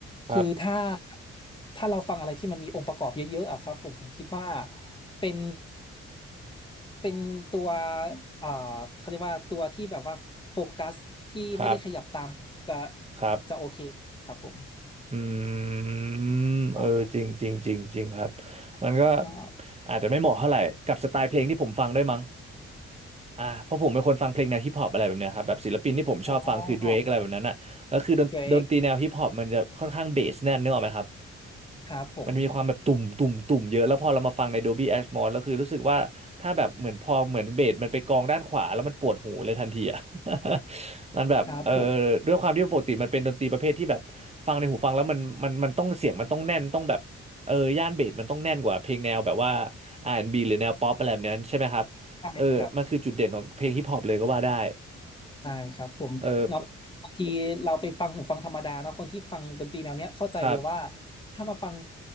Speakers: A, on the right; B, on the left.
A: ครับ
B: คือถ้าถ้าเราฟังอะไรที่มันมีองค์ประกอบเยอะๆอะครับผมผมคิดว่าเป็นเป็นตัวอ่าเขาเรียกว่าตัวที่แบบว่าโฟกัสที่ไม่ได้ขยับตามจะ
A: ครับครับ
B: จะโอเคครับผม
A: อืมเออจริงจริงจริงจริงครับ
B: ครับ
A: มันก็
B: อ่า
A: อาจจะไม่เหมาะเท่าไหร่กับสไตล์เพลงที่ผมฟังด้วยมั้งอ่าเพราะผมเป็นคนฟังเพลงแนวฮิปฮอปอะไรแบบเนี้ยครับแบบศิลปินที่ผมชอบฟังคือ
B: อ๋อ
A: Drake อะไรแบบนั้นอ่ะแล้วคือดนดนตรีแนวฮิปฮอปมันจะค่อนข้างเบสแน่นเนกอะไหมครับ
B: เบรกครับผม
A: มันมีความแบบตุ่มตุ่มตุ่มเยอะแล้วพอเรามาฟังใน Dolby Atmos แล้วคือรู้สึกว่าถ้าแบบเหมือนพอเหมือนเบสมันไปกองด้านขวาแล้วมันปวดหูเลยทันทีอ่ะ <laughs> มันแบบเออ
B: ครับผม
A: ด้วยความที่ปกติมันเป็นดนตรีประเภทที่แบบฟังในหูฟังแล้วมันมันมันต้องเสียงมันต้องแน่นต้องแบบเออย่านเบสมันต้องแน่นกว่าเพลงแนวแบบว่าอาร์แอนด์บีหรือแนวป๊อปอะไรแบบนั้นใช่ไหมครับเออมันคือจุดเด่นของเพลงฮิปฮอปเลยก็ว่าได้
B: ใช่ครับ ได้ครับผมเนาะบางทีเราไปฟังหูฟังธรรมดาเนาะคนที่ฟังดนตรีแนวเนี้ยเข้าใจเลยว่า
A: เออครับ
B: ถ้ามาฟัง